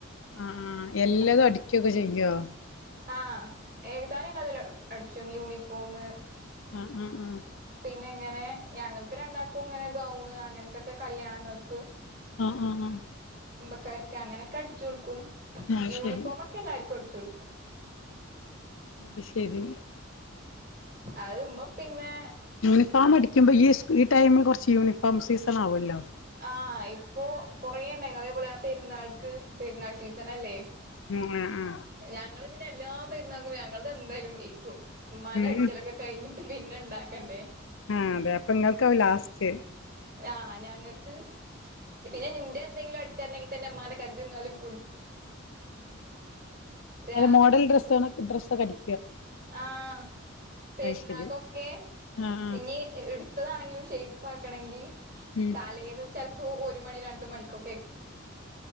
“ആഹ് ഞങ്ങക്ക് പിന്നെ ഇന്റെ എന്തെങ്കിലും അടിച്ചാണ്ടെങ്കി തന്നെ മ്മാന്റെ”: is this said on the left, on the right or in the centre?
Right